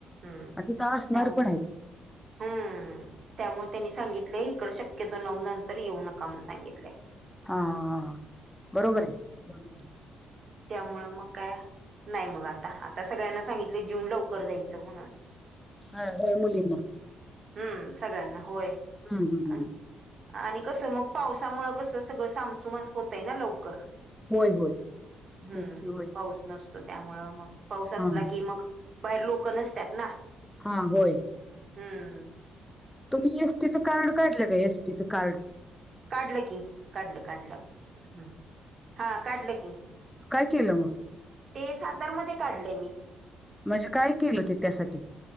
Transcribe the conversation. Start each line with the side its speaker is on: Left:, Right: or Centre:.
Right: हम्म
Centre: आ तिथ असणार
Right: त्यामुळे
Centre: पण आहेत.
Right: हम्म त्यामुळे त्यांनी सांगितलेय इकडे शक्यतो नऊ नंतर येऊ नका म्हणुन सांगितलंय
Centre: हा हा हा ह बरोबर आहे बरोबर आहे.
Right: त्यामुं मग काय नाही मग आता आता सगळ्यांना सांगितले जेवुन लवकर जायचं म्हणून
Centre: हा होय मुलींना
Right: हं सगळ्यांनाच होय
Centre: हं हं हं
Right: आणि आणि कसं मग पावसामुंळ कसं सगळं सामसूम होतय ना लवकर
Centre: होय, होय.
Right: हं
Centre: तेच की होय.
Right: पाऊस नसत तो त्यामुळं मग पाऊस असला
Centre: हां,
Right: की मग बाहेर लोक नसतात ना
Centre: हा होय.
Right: हं
Centre: तुम्ही एसटीचं कार्ड काढलं का? एसटीचं कार्ड?
Right: काढलं की, काढलं काढलं हं हा काढलं की
Centre: काय केलं मग?
Right: ते सातारमध्ये काढलय मी.
Centre: म्हणजे काय केलं ते त्यासाठी?